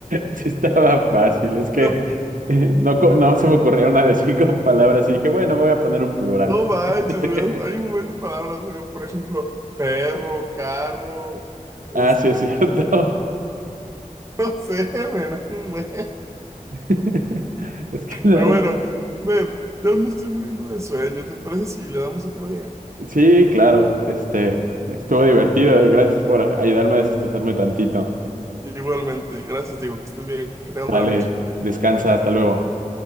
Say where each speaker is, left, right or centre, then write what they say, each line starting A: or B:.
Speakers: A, on the right; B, on the right.
A: Sí estaba fácil, es que
B: No,
A: eh, no, co- no se me ocurrió una de cinco <laughs> palabras y dije, bueno, voy a poner un plural.
B: no manches,
A: <laughs>
B: hubiera- hay un montón de palabras, mira, por ejemplo, perro, carro, este,
A: Ah, sí, es cierto.
B: <laughs> no sé, men, hay un buen.
A: <laughs> Es que no-
B: Pero bueno, ven, ya me estoy muriendo de sueño, ¿te parece si le damos otro día?
A: sí, claro, este, estuvo divertido. Gracias por ayudarme a desestresarme tantito.
B: Igualmente, gracias, digo, que estés bien, que tengas
A: Dale,
B: buena noche.
A: descansa, hasta luego.